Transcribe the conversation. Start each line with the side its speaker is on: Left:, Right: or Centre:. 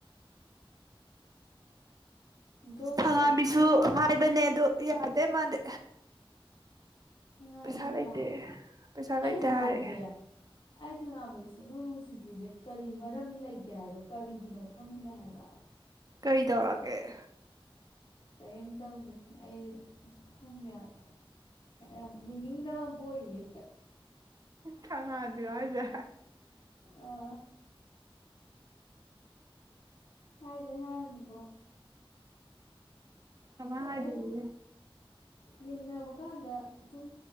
Left: ꯖꯣꯁꯇꯣꯛꯀꯤ
Right: ꯊꯥꯉꯥꯝꯕꯤꯁꯨ ꯍꯥꯏꯕꯅꯦ ꯑꯗꯨ ꯌꯥꯗꯦ ꯃꯥꯗꯤ
Left: ꯊꯪꯒꯥꯥꯟꯕꯤꯔꯣ
Right: ꯄꯩꯁꯥ ꯂꯩꯇꯦ ꯄꯩꯁꯥ ꯂꯩꯇꯦ
Left: ꯑꯩ ꯊꯪꯒꯥꯥꯟꯕꯤꯁꯦ
Right: ꯍꯥꯏꯔꯛꯑꯦ
Left: ꯑꯩ ꯊꯥꯉꯥꯝꯕꯤ ꯁꯨꯛꯅꯨꯡ ꯅꯨꯡꯁꯤꯗꯤꯖꯦ ꯀꯔꯤ ꯃꯔꯝ ꯂꯩꯇꯦ ꯍꯥꯏꯕ ꯀꯔꯤꯒꯤꯅꯣ ꯈꯪꯗꯦ ꯍꯥꯏꯕ
Right: ꯀꯔꯤ ꯇꯧꯔꯛꯑꯒꯦ
Left: ꯀꯔꯤꯝ ꯇꯧꯗꯦ ꯑꯩ ꯈꯪꯗꯦ ꯍꯥꯏꯄ ꯑꯥ ꯌꯦꯡꯅꯤꯡꯗꯕ ꯑꯝ ꯄꯣꯏꯌꯦ
Right: ꯊꯥꯉꯥꯟꯕꯤꯔꯣ ꯍꯥꯏꯖꯦ
Left: ꯑꯥ ꯍꯥꯏꯗꯤ ꯍꯥꯏꯔꯨꯅꯨꯀꯣ
Right: ꯀꯃꯥꯏ ꯍꯥꯏꯗꯣꯏꯅꯣꯍꯦ
Left: ꯑꯩꯒꯨꯝ ꯌꯦꯡꯅꯕ ꯀꯥꯟꯗ ꯁꯨꯝ